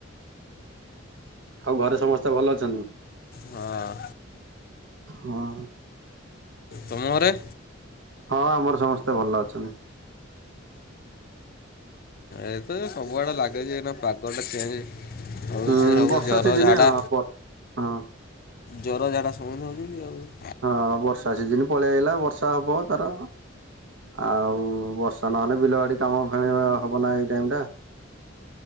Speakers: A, on the right; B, on the left.
A: ଆଉ ଘରେ ସମସ୍ତେ ଭଲ ଅଛନ୍ତି?
B: ହଁ
A: ହଁ।
B: ତମ ଘରେ?
A: ହଁ ଆମର ସମସ୍ତେ ଭଲ ଅଛନ୍ତି।
B: ଏତ ସବୁଆଡେ ଲାଗେଛି ପାଗ ଟା ଚେଞ୍ଜ। ହଉଛି
A: ଉଁ
B: ସବୁ
A: ବର୍ଷା
B: ଜର
A: ସିଜିନି
B: ଝାଡା
A: ହଁ। ହଁ
B: ଜର ଝାଡା ସବୁ। ଆଉ।
A: ହଁ ବର୍ଷା ସିଜିନ ପଳେଇ ଆଇଲା ବର୍ଷା ହବ ତାର। ଆଉ ବର୍ଷା ନହେଲେ ବିଲବାଡି କାମ ମାନେ ହବ ନା ଏଇ ଟାଇମ୍ ଟା।